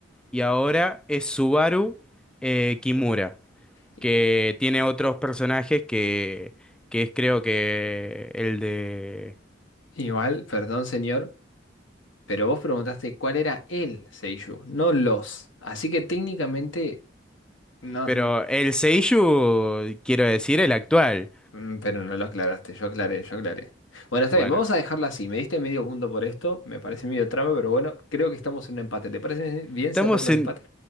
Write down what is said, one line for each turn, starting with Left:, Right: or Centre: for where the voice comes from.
Centre: y ahora es Subaru eh, Kimura,
Left: Y-
Centre: que tiene otros personajes que, que es creo que el de...
Left: igual, perdón señor, pero vos preguntaste cuál era el Seiyuu, no los. Así que técnicamente no.
Centre: Pero el Seiyuu, quiero decir, el actual.
Left: Mm, Pero no lo aclaraste, yo aclaré, yo aclaré. Bueno, está
Centre: Bueno,
Left: bien, vamos a dejarla así. Me diste medio punto por esto, me parece medio trama, pero bueno, creo que estamos en un empate. ¿Te parece bien
Centre: estamos
Left: cerrarlo en
Centre: en,
Left: empate?